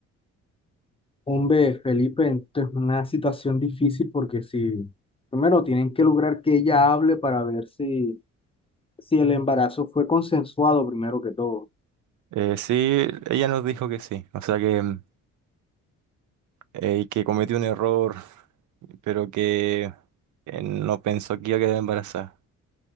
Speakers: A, on the left; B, on the right.
A: Hombre, Felipe, esto es una situación difícil porque si... Primero tienen que lograr que ella hable para ver si, si el embarazo fue consensuado primero que todo.
B: Eh, sí, ella nos dijo que sí. O sea que, mm, eh, que cometió un error, pero que eh, no pensó que iba a quedar embarazada.